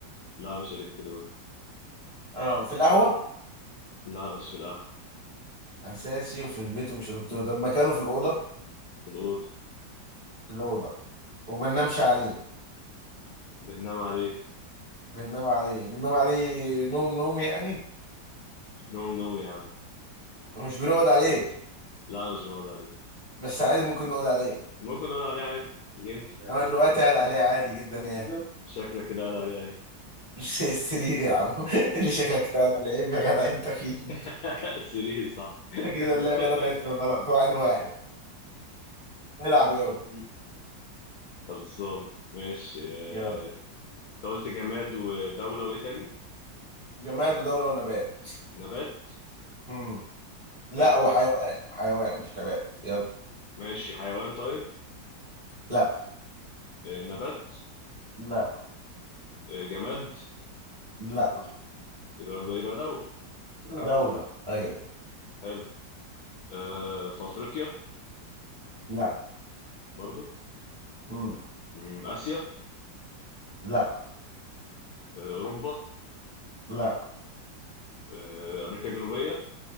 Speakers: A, on the left (about 70°); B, on the right (about 25°).
A: لا مش الكتروني
B: اه في القهوه
A: لا مش في القهوة
B: اساسي وفي البيت ومش الكتروني طب مكانه في الاوضه
A: في الأوضة
B: في الاوضه وبننامش عليه
A: بننام عليه
B: بننام عليه بننام عليه نوم نوم يعني
A: نوم نوم يا عم
B: مش بنقعد عليه
A: لا مش بنقعد عليه
B: بس عادي ممكن نقعد عليه
A: ممكن نقعد عليه عادي ينفع
B: انا <laughs> دلوقتي قاعد عليه عادي جدا يعني
A: شكلك كده قاعد عليه اهي
B: مش السرير يا عم <laughs> اللي شكلك كده قاعد على عيب يا جدع انت فيه
A: <laughs>
B: <laughs>
A: سرير صح
B: كده اللعبة
A: <laughs>
B: دخلت في الغلط واحد واحد العب يابا
A: خلصان ماشي آه،
B: يلا
A: انت قلت جماد ودولة وايه تاني
B: جماد ودولة ونبات
A: نبات
B: مم. لا
A: حلو
B: وحيوان وحيوان مش نبات يلا
A: ماشي حيوان طيب
B: لا
A: آه، نبات
B: لا
A: آه، جماد
B: لا
A: يبقى يبقى دولة
B: دولة ايوه
A: حلو آه في أفريقيا
B: لا
A: برضو
B: مم.
A: مم، آسيا
B: لا
A: آه أوروبا
B: لا
A: آه أمريكا الجنوبية